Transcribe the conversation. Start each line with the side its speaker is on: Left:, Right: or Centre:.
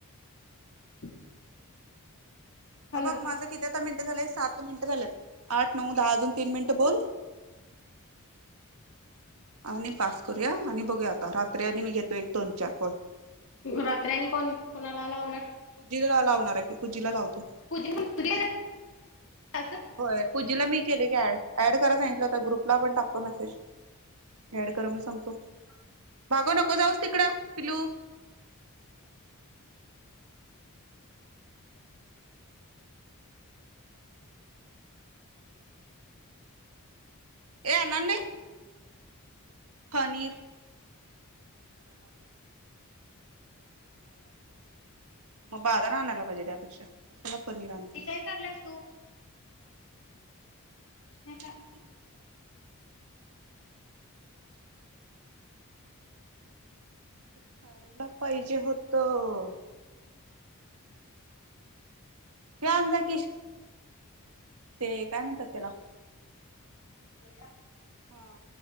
Left: <inaudible>
Right: अं
Left: हॅलो
Right: बघ माझं किती आता मिनिटं झाले सात मिनिटं झालेत आठ नऊ दहा अजून तीन मिनिटं
Left: कोण
Right: बोल. <inaudible> <inaudible> आणि पास करूया आणि बघूया आता रात्री आणि मी घेतोय एक दोन चार कोल.
Left: रात्री आणि कोण कोणाला लावणा?
Right: पुजीला लावणार आहे की पुजीला लावतो.
Left: पूजी तुझी काय असं
Right: होय पूजेला मी केले ग ऍड-ऍड करा सांगितलं ता ग्रुपला पण टाकतो मेसेज ऍड करा म्हुन सांगतो.
Left: <unintelligible>
Right: अग नको जाऊस तिकडं पिल्लू. ए नंदनी फनीर त्याला कामधा नाहीये <unintelligible> मग बाराणे आणायला पाहिजे त्यापेक्षा कशाला पनीर आणती.
Left: ते काय काढल्यास तू
Right: <unintelligible>
Left: नाही
Right: <unintelligible> खायला पाहिजे होतं. एक आणि जा कीश ते काय म्हणतात त्याला
Left: बया
Right: हा.